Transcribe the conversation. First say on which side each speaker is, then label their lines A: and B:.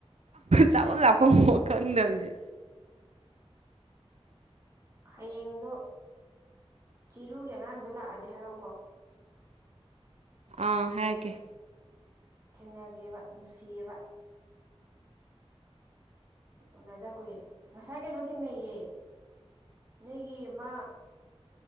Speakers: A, on the right; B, on the right.
A: ꯆꯥꯐꯝ ꯂꯥꯞꯐꯝ ꯈꯪꯗꯕꯁꯦ
B: ꯍꯌꯦꯡꯗꯣ ꯆꯤꯔꯨꯒꯤ ꯑꯉꯥꯡꯗꯣ ꯂꯥꯛꯑꯗꯤ ꯍꯥꯏꯔꯛꯑꯣꯀꯣ
A: ꯑꯥ ꯍꯥꯏꯔꯀꯦ
B: ꯊꯦꯡꯅꯒꯦꯕ ꯅꯨꯡꯁꯤꯌꯦꯕ ꯎꯅꯗ ꯀꯨꯏꯔꯦ ꯉꯁꯥꯏ ꯀꯩꯅꯣ ꯊꯦꯡꯅꯩꯌꯦ ꯅꯣꯏꯒꯤ ꯃꯥ